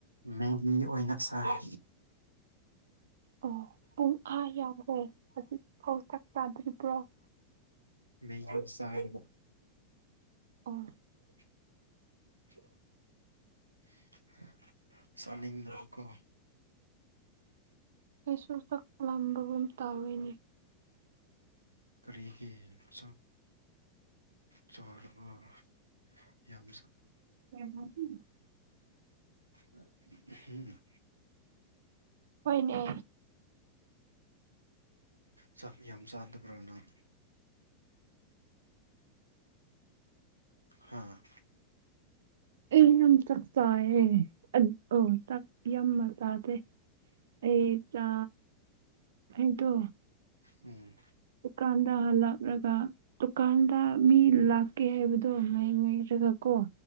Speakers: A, on the right; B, on the right.
A: ꯃꯦꯒꯤ ꯅꯣꯏꯅ ꯆꯥꯔꯦ
B: ꯑꯣ ꯄꯨꯡ ꯑꯥ ꯌꯥꯎꯈꯦ ꯍꯧꯖꯤꯛ ꯐꯥꯎ ꯆꯥꯛ ꯆꯥꯗ꯭ꯔꯤꯕ꯭ꯔꯣ
A: ꯃꯦꯒꯤ ꯆꯥꯏꯕ
B: ꯑꯣ
A: <unintelligible> ꯆꯅꯤꯡꯗꯔꯀꯣ
B: ꯑꯩꯁ ꯆꯥꯛ ꯂꯥꯝꯕꯒꯨꯝ ꯇꯧꯋꯦꯅꯦ
A: ꯀꯔꯤꯒꯤ ꯆꯥꯛ ꯆꯥꯗꯕ ꯌꯥꯝ
B: ꯎꯝ
A: ꯎꯝ
B: ꯍꯣꯏꯅꯦ
A: ꯆꯥꯛ ꯌꯥꯝ ꯆꯥꯗꯕ꯭ꯔ ꯅꯪ ꯍꯥꯥ
B: ꯑꯩ ꯌꯥꯝ ꯆꯥꯏꯌꯦ ꯑꯧ ꯆꯥꯛ ꯌꯥꯝ ꯆꯥꯗꯦ ꯑꯩ ꯆꯥꯛ ꯑꯗꯣ
A: ꯎꯝ
B: ꯗꯨꯀꯥꯟꯗ ꯍꯥꯜꯂꯛꯂꯒ ꯗꯨꯀꯥꯟꯗ ꯃꯤ ꯂꯥꯛꯀꯦ ꯍꯥꯏꯕꯗꯣ ꯉꯥꯏꯔꯒ ꯀꯣ